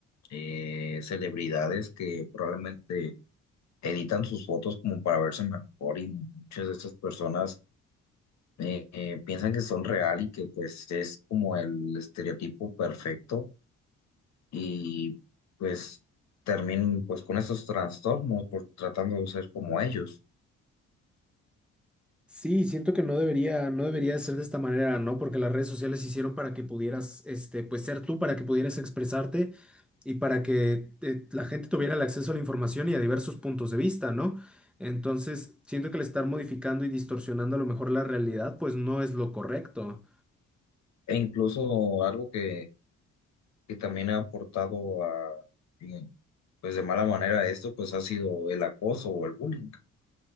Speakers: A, on the left; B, in the centre.
A: eh, celebridades que probablemente editan sus fotos como para verse mejor y muchas de estas personas eh, eh, piensan que son real y que pues es como el estereotipo perfecto y pues terminan pues con esos trastornos por tratando de ser como ellos.
B: Sí, siento que no debería, no debería de ser de esta manera, ¿no? Porque las redes sociales se hicieron para que pudieras, este, pues ser tú, para que pudieras expresarte y para que eh, la gente tuviera el acceso a la información y a diversos puntos de vista, ¿no? Entonces, siento que el estar modificando y distorsionando a lo mejor la realidad, pues no es lo correcto.
A: E incluso algo que, que también ha aportado a eh, pues de mala manera a esto pues ha sido el acoso o el bullying